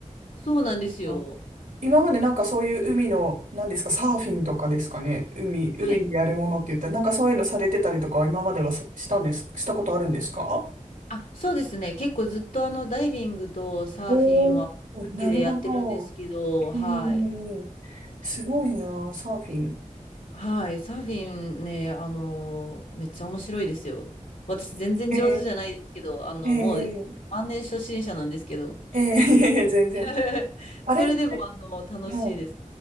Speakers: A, on the left; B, on the right.
A: そうなんですよ。
B: あ今までなんかそういう海の、何ですか、サーフィンとかですかね。海、
A: はい。
B: 海でやるものって言ったら、なんかそういうのされてたりとかは今まではさしたんです、したことあるんですか
A: あ、そうですね。結構ずっとあの、ダイビングとサーフィンは好きでやってるんですけど、
B: おーおーなるほど。
A: はい。
B: えー、すごいな、サーフィン。
A: はい、サーフィンね、あの、めっちゃ面白いですよ。私全然上手じゃないですけど、
B: あえ
A: あの、
B: ー、え
A: もう万年初心者なんですけど、
B: ー、えー、<laughs> 全然。
A: <laughs>
B: あれ、
A: それでもあの、
B: は
A: 楽しいです。
B: い。